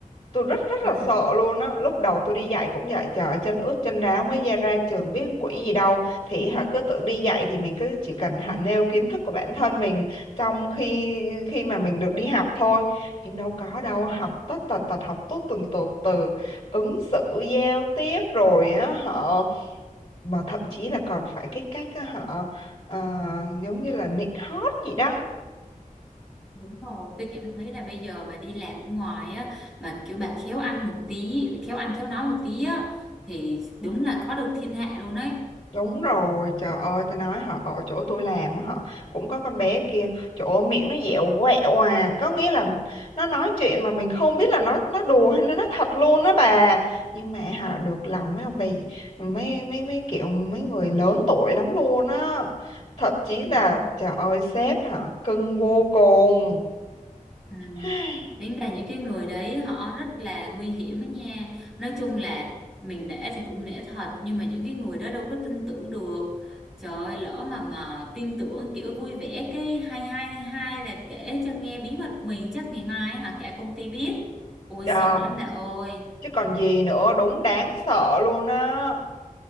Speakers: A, on the left; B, in the centre.
A: tôi rất rất
B: ừ.
A: là sợ luôn á lúc đầu tôi đi dạy cũng vậy trời chân ướt chân ráo mới ra ra trường biết quỷ gì đâu thì hả cứ tưởng đi dạy thì mình cứ chỉ cần hả nêu kiến thức của bản thân mình trong khi khi mà mình được đi học thôi nhưng đâu có đâu học tất tần tật học tốt từng tột từ ứng xử giao tiếp rồi á họ mà thậm chí là còn phải cái cách á, họ ờ, giống như là nịnh hót gì đó
B: Đúng rồi, tôi cảm thấy là bây giờ bà đi làm ở ngoài á, mà kiểu bà khéo ăn một tí, khéo ăn khéo nói một tí á, thì đúng là có được thiên hạ luôn đấy.
A: Đúng rồi, trời ơi, ta nói họ ở chỗ tôi làm á, họ cũng có con bé kia, chỗ miệng nó dẻo quẹo à, có nghĩa là nó nói chuyện mà mình không biết là nó nó đùa hay nó nói thật luôn đó bà. Nhưng mà họ được lòng mấy ông bà mấy mấy mấy kiểu mấy người lớn tuổi lắm luôn á. Thậm chí là
B: Đúng rồi.
A: trời ơi sếp hả, cưng vô cùng.
B: Ừ.
A: <sighs>
B: Tính ra những cái người đấy họ rất là nguy hiểm á nha. Nói chung là mình nể thì cũng nể thật, nhưng mà những cái người đó đâu có tin tưởng được. Trời ơi, lỡ mà mà tin tưởng kiểu vui vẻ cái hai hai hai hai là kể cho nghe bí mật của mình chắc ngày mai hả cả công ty biết. Ôi
A: Trời,
B: sợ lắm bà ơi.
A: chứ còn gì nữa, đúng đáng sợ luôn á.